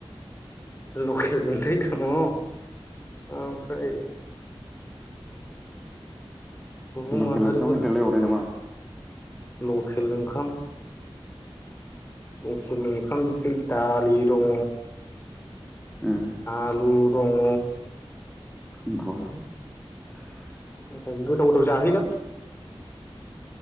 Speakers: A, on the left (about 25°); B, in the centre.
A: लकेल गुन्दै दं। दङ ओमफ्राय सुबुं
B: लकेल
A: माहारिफोर
B: ओंखाम होदेर लायबावनाय नामा?
A: लकेल ओंखाम लखेल ओंखाम बिदै दालि दङ
B: उम
A: आलु दङ।
B: <unintelligible>
A: गोथाव गोथाव जाहोयोलां